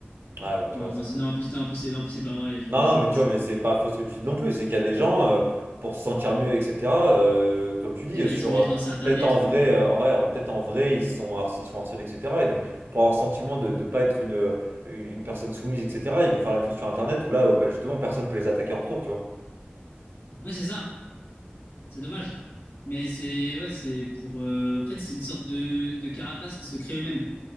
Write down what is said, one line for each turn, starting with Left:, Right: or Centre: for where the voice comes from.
Right: bah, tu
Left: Non,
Right: vois,
Left: en plus,
Right: c'est ça.
Left: non, en plus, non, en plus, c'est non, en plus, c'est pas vrai, je
Right: Non,
Left: je harcèle
Right: non, mais
Left: personne.
Right: tu vois, mais c'est pas faux ce que tu dis non plus. C'est qu'il y a des gens, euh, pour se sentir mieux, etc., euh, comme tu dis,
Left: Et bah,
Right: euh, sur
Left: ils sont obligés
Right: euh,
Left: de lancer Internet
Right: peut-être en vrai,
Left: pour. euh,
Right: euh, ouais, en- peut-être en vrai, ils sont, harc- ils sont harcelés, etc. Et donc, pour avoir le sentiment de ne pas être une, euh, une personne soumise, etc., ils vont faire la même chose sur Internet où là, euh, bah, justement, personne peut les attaquer en retour, tu vois.
Left: Ouais, c'est ça. C'est dommage. Mais c'est ouais, c'est pour. euh, en fait, c'est une sorte de, de carapace qui se crée eux-mêmes,